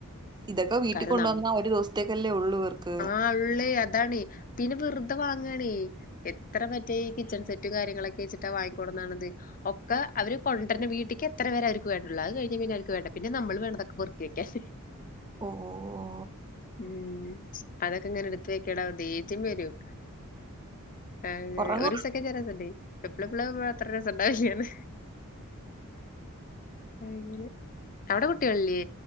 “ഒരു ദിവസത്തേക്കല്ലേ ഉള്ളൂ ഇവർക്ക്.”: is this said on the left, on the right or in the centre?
Right